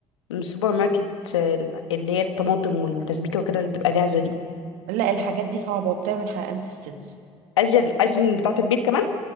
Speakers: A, on the left; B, on the right.
A: من السوبر ماركت آه، اللي هي الطماطم والتسبيكه وكده اللي بتبقى جاهزه دي
B: لا الحاجات دي صعبه وبتعمل حرقان في الصدر
A: ازين ازين بتاعه البيت كمان